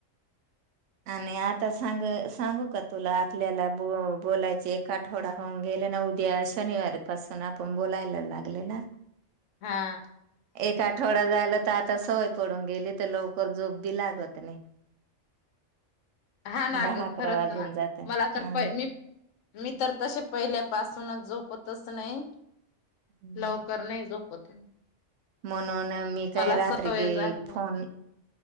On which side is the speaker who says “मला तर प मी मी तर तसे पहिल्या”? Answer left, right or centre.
Left